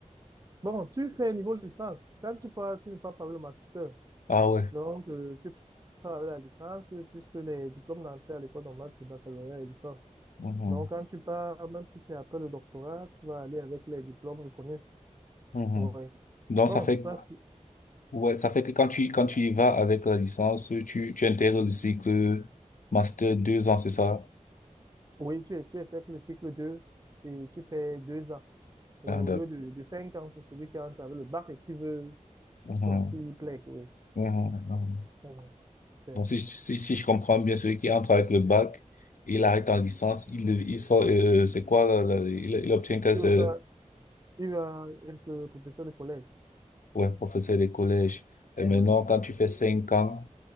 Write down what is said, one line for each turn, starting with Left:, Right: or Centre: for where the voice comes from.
Right: Bon, tu fais niveau licence. Quand tu pars, tu ne pars pas par le master.
Left: Ah ouais.
Right: Donc, euh, tu pars avec la licence, euh, puisque les diplômes d'entrée à l'école normale, c'est baccalauréat et licence.
Left: Mhm.
Right: Donc, quand tu pars, même si c'est après le doctorat, tu vas aller avec les diplômes reconnus.
Left: Mhm.
Right: Oui.
Left: Donc
Right: Bon,
Left: ça fait,
Right: ça, c'est-
Left: ouais, ça fait que quand tu, quand tu y vas avec la licence, tu, tu intègres le cycle master deux ans, c'est ça?
Right: oui, tu, tu essaies que le cycle 2, et tu fais deux ans. Oui,
Left: Ah,
Right: au
Left: d'accord.
Right: lieu de, de cinq ans pour celui qui entre avec le bac et qui veut
Left: Mhm.
Right: sortir PLEC, oui.
Left: Mhm. Mhm.
Right: Mhm, C'est un
Left: Donc si,
Right: peu
Left: je-
Right: ça.
Left: si, si je comprends bien, celui qui entre avec le bac, il arrête en licence, il, il sort, euh, c'est quoi, là, là, il, il obtient quel,
Right: Il
Left: euh,
Right: va, il va être professeur de collège.
Left: Ouais, professeur des collèges. Et
Right: Oui,
Left: maintenant, quand tu fais cinq ans,